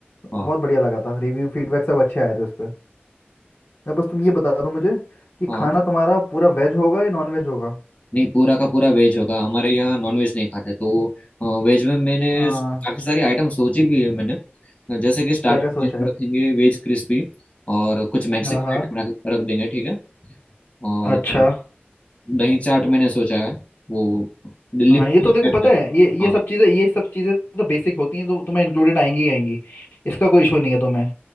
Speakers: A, on the left; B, on the left.
A: हाँ
B: बहुत बढ़िया लगा था रिव्यू फीडबैक सब अच्छे आए थे उस पर अब बस तुम ये बता दो मुझे कि
A: हाँ
B: खाना तुम्हारा पूरा वेज होगा या नॉन वेज होगा
A: नहीं पूरा का पूरा वेज होगा हमारे यहाँ नॉन वेज नहीं खाते तो वेज में मैंने
B: हाँ
A: काफ़ी सारी आइटम सोची भी है मैंने जैसे कि स्टार्टर
B: क्या क्या सोचा
A: में हम
B: है
A: रखेंगे वेज क्रिस्पी और कुछ मैक्सिकन
B: हाँ हाँ
A: आइटम रख रख देंगे ठीक है और
B: अच्छा
A: दही चाट मैंने सोचा है वो दिल्ली
B: हाँ
A: में
B: ये तो
A: भी
B: देखो
A: फेमस
B: पता
A: है।
B: है ये ये
A: हाँ
B: सब चीज़ें ये सब चीज़ें तो बेसिक होती हैं तो तुम्हें इंक्लूडेड आएंगी ही आएंगी इसका कोई इशू नहीं है तुम्हें